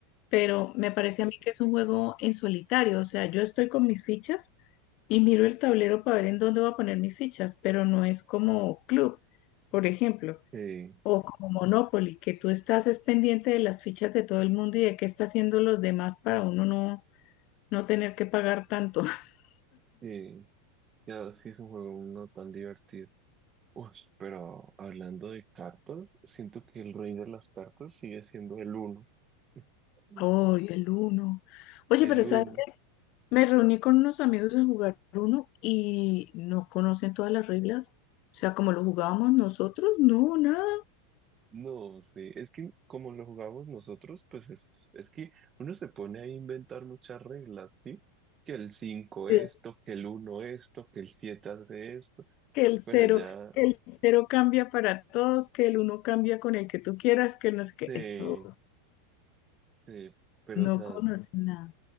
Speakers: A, on the left; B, on the right.
A: Pero me parece a mí que es un juego en solitario, o sea, yo estoy con mis fichas y miro el tablero para ver en dónde voy a poner mis fichas, pero no es como club, por ejemplo.
B: Sí,
A: O como Monopoly, que tú estás es pendiente de las fichas de todo el mundo y de qué está haciendo los demás para uno no, no tener que pagar tanto. <laughs>
B: sí, ya sí es un juego no tan divertido. Uy, pero hablando de cartas, siento que el rey de las cartas sigue siendo el uno. <laughs>
A: oh y el uno. Oye,
B: El
A: pero ¿sabes
B: uno.
A: qué? Me reuní con unos amigos a jugar uno y no conocen todas las reglas. O sea, como lo jugábamos nosotros, no, nada.
B: No sé, es que como lo jugamos nosotros, pues es, es que uno se pone a inventar muchas reglas, ¿sí? Que el 5
A: Que
B: esto, que el uno esto, que el 7 hace esto,
A: que el cero,
B: pero ya
A: que el cero cambia para todos, que el uno cambia con el que tú quieras, que no sé
B: se,
A: qué. Eso,
B: se- pero
A: no
B: o sea,
A: conocen nada.